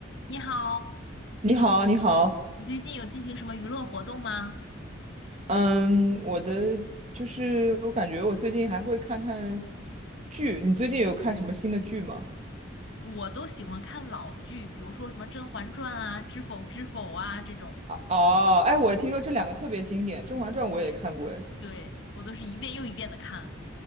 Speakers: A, on the left; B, on the right.
A: 你好，
B: 你好，你好，
A: 你最近有进行什么娱乐活动吗？
B: 嗯，我的就是我感觉我最近还会看看剧，你最近有看什么新的剧吗？
A: 我都喜欢看老剧，比如说什么《甄嬛传》啊、《知否知否》啊这种，
B: 啊哦，哎，
A: 都一
B: 我听说这两个特别经典，《甄嬛传》我也看过，
A: 对
B: 哎，
A: 对，我都是一遍又一遍的看。